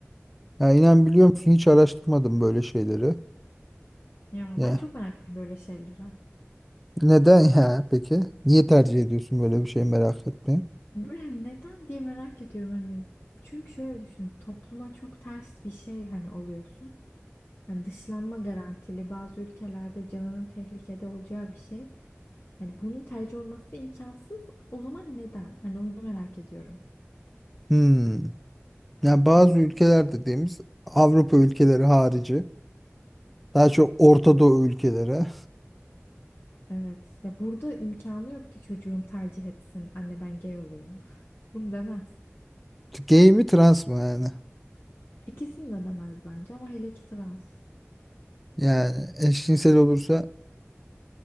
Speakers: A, in the centre; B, on the left (about 50°).
A: Ya inan biliyor musun hiç araştırmadım böyle şeyleri.
B: Ya
A: Ya.
B: ben çok meraklıyım böyle şeylere.
A: Neden ya peki? Niye tercih ediyorsun böyle bir şey merak etmeyin.
B: Böyle hani neden diye merak ediyorum hani. Çünkü şöyle düşün topluma çok ters bir şey hani oluyorsun. Hani dışlanma garantili bazı ülkelerde canının tehlikede olacağı bir şey. Hani bunun tercih olması imkansız. O zaman neden? Hani onu merak ediyorum.
A: Hmm. Yani bazı
B: Evet.
A: ülkeler dediğimiz Avrupa ülkeleri harici. Daha çok Orta Doğu ülkeleri.
B: Evet. Ya burada imkanı yok ki çocuğum tercih etsin. Anne ben gay olayım. <laughs> Bunu demez.
A: Gay mi trans mı yani?
B: İkisini de demez bence ama hele ki trans.
A: Yani eşcinsel olursa